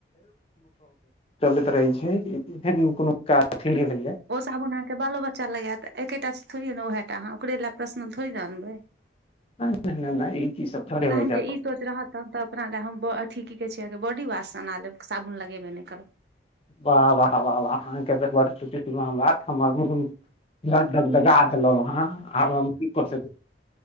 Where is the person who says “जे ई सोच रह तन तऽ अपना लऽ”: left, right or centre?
Right